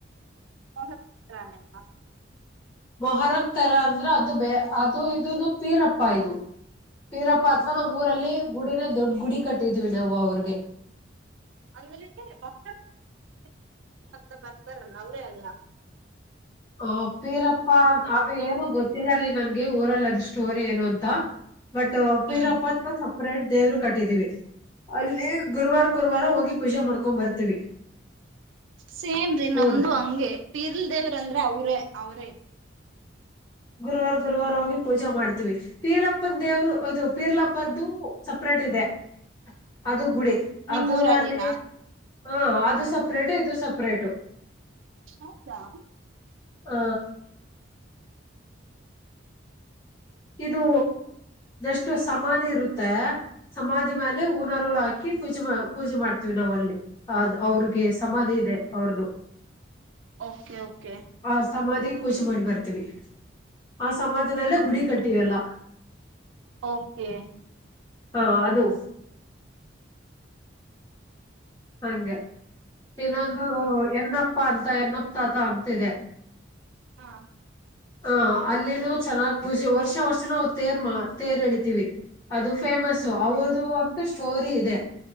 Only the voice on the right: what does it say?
<unintelligible>
ಅಂದ ಅಂತ <unintelligible> ಬರ್ತಾರಲ್ಲ ಅವರೇ ಅಲ್ಲ
ಹ್ಮ್
ಸೇಮ್ರೀ ನಮ್ದು
ಹಂಗೆ ಪಿರ್ಲ್ ದೇವ್ರ ಅಂದ್ರೆ ಅವ್ರೇ ಅವ್ರೇ
ನಿಮ್ಮೂರಲ್ಲಿನಾ
ಹೌದಾ
ಓಕೆ ಓಕೆ
ಹ್ಮ್
ಹ್ಮ್
ಓಕೆ
ಹಾ